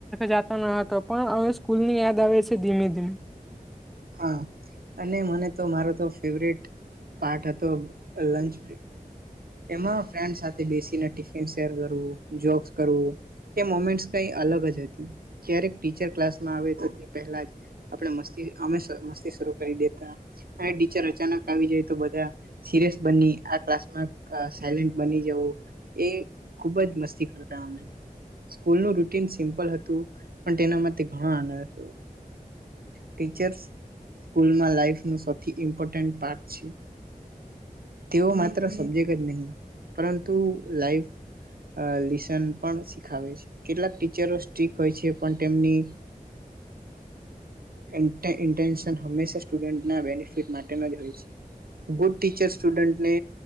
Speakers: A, in the centre; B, on the right (about 80°).
A: જતો ન હતો પણ હવે સ્કૂલની યાદ આવે છે ધીમે ધીમે
B: હા અને મને તો મારો તો ફેવરેટ પાર્ટ હતો લન્ચ એમાં ફ્રેન્ડ સાથે બેસીને ટિફિન શેર કરવું જોક કરવું એ મોમેન્ટસ કઈ અલગ જ હતી ક્યારેક ટીચર ક્લાસમાં આવે તો તે પહેલા જ આપણે મસ્તી અમે મસ્તી શરૂ કરી દેતા અને ટીચર અચાનક આવી જાય તો બધા સિરિયસ બની આ ક્લાસમાં સાયલેન્ટ બની જવું એ ખુબ જ મસ્તી કરતા અમે સ્કૂલનું રૂટીન સિમ્પલ હતું પણ તેના માટે ઘણો આનંદ હતો ટીચર્સ સ્કૂલમાં લાઈફ નુ સૌથી ઇમ્પોર્ટન્ટ પાર્ટ છે તેઓ માત્ર સબ્જેક્ટ જ નહી પરંતુ લાઈફ લેસન પણ શીખાવે છે કેટલાક ટીચરો સ્ટિક હોય છે પણ તેમની ઇન્ટે ઇન્ટેનશન હમેશા સ્ટુડન્ટના બેનિફિટ માટેનો જ હોય છે ગુડ ટીચર્સ સ્ટુડન્ટને